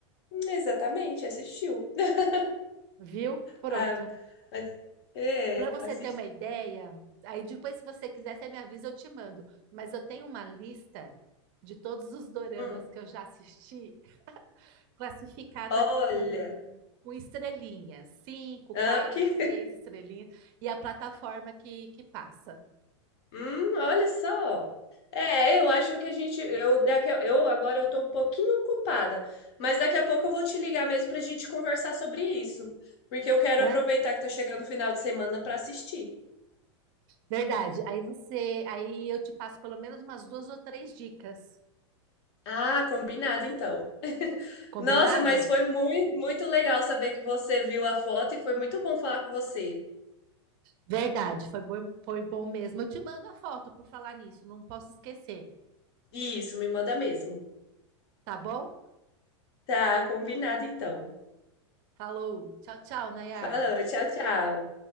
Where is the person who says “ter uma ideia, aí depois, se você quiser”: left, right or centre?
Right